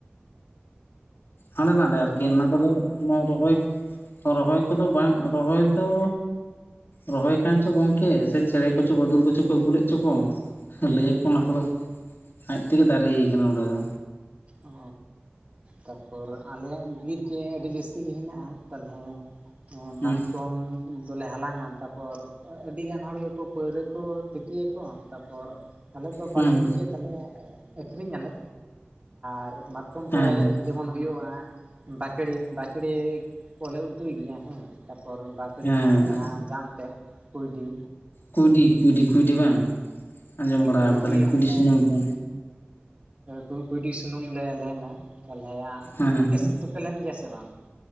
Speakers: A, on the left (about 65°); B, on the right (about 35°).
A: ᱦᱟᱸᱰᱮ ᱱᱟᱰᱮ
B: ᱚ
A: ᱟᱨᱠᱤ,
B: ᱡᱮᱢᱚᱱ
A: ᱚᱱᱟ ᱠᱚ ᱫᱚ ᱚᱱᱟ ᱨᱚᱦᱚᱭ ᱨᱚᱦᱚᱭ ᱠᱚ ᱫᱚ ᱵᱟᱝ ᱨᱚᱦᱚᱭ ᱫᱚ, ᱨᱚᱦᱚᱭ ᱠᱟᱱ ᱪᱚ ᱜᱚᱢᱠᱮ ᱥᱮ ᱪᱮᱬᱮ ᱠᱚᱪᱚ ᱵᱟᱫᱩᱲ ᱠᱚᱪᱚ ᱠᱚ ᱟᱹᱜᱩ ᱞᱮᱫ ᱪᱚ ᱠᱚ ᱞᱟᱹᱭᱟ ᱠᱚ ᱚᱱᱟ ᱠᱚ ᱫᱚ ᱟᱡ ᱛᱮᱜᱮ ᱫᱟᱨᱮ ᱠᱟᱱᱟ ᱚᱸᱰᱮ ᱫᱚ,
B: ᱚᱻ ᱛᱟᱯᱚᱨ ᱟᱞᱮᱭᱟᱜ ᱵᱤᱨ ᱜᱮ ᱟᱹᱰᱤ ᱡᱟᱹᱥᱛᱤ, ᱛᱤᱜᱮ ᱦᱮᱱᱟᱜᱼᱟ ᱛᱟᱦᱚᱞᱮ
A: ᱦᱩᱸ
B: ᱢᱟᱛᱠᱚᱢ, ᱫᱚᱞᱮ ᱦᱟᱞᱟᱝᱟ ᱛᱟᱨᱯᱚᱨ ᱟᱹᱰᱤ ᱜᱟᱱ ᱦᱚᱲ ᱜᱮᱠᱚ ᱯᱟᱹᱣᱨᱟᱹ ᱠᱚ ᱛᱤᱠᱤᱭᱟ ᱠᱚ ᱛᱟᱯᱚᱨ ᱟᱞᱮ ᱫᱚ
A: ᱦᱩᱸ
B: ᱵᱟᱞᱮ ᱛᱮᱜᱮ ᱛᱟᱞᱮ ᱟᱠᱷᱨᱤᱧᱟ ᱟᱞᱮ, ᱟᱨ, ᱢᱟᱛᱠᱚᱢ
A: ᱦᱮᱸ
B: ᱯᱚᱨᱮ
A: ᱦᱮᱸ
B: ᱡᱮᱢᱚᱱ ᱦᱳᱭᱳᱜᱼᱟ ᱵᱟᱠᱲᱮ ᱵᱟᱠᱲᱮ ᱠᱚᱞᱮ ᱩᱛᱩᱭ ᱜᱮᱭᱟ ᱦᱮᱸ ᱛᱟᱯᱚᱨ ᱥᱟᱠᱲᱮ
A: ᱦᱮᱸ
B: ᱨᱮᱱᱟᱜ ᱡᱟᱦᱟᱸ ᱡᱟᱝ ᱛᱮᱫ ᱠᱩᱭᱰᱤ,
A: ᱠᱩᱭᱰᱤ ᱠᱩᱭᱰᱤ ᱠᱩᱭᱰᱤ ᱵᱟᱝ, ᱟᱸᱡᱚᱢ ᱵᱟᱲᱟ
B: ᱠᱩᱭᱰᱤ
A: ᱠᱟᱫᱟᱞᱤᱧ ᱠᱩᱰᱤ
B: ᱦᱚᱸᱞᱮ
A: ᱥᱩᱱᱩᱢ ᱠᱚ
B: ᱠᱩ ᱠᱩᱭᱰᱤ ᱥᱩᱱᱩᱢ ᱞᱮ ᱞᱮᱱᱟ ᱛᱟᱞᱦᱮ
A: ᱦᱮᱸ
B: ᱟᱯᱮ
A: ᱦᱮᱸ
B: ᱥᱮᱫ ᱫᱚ ᱯᱮ ᱞᱮᱱ ᱜᱮᱭᱟ ᱥᱮ ᱵᱟᱝ?